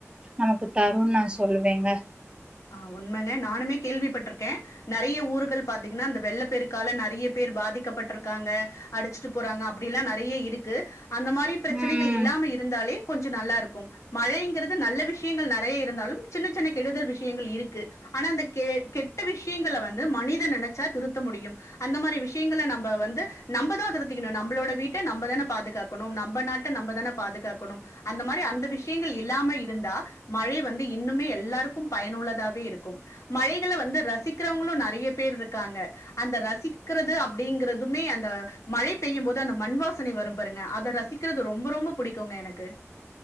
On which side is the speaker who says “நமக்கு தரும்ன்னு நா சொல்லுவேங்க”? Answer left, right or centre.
Right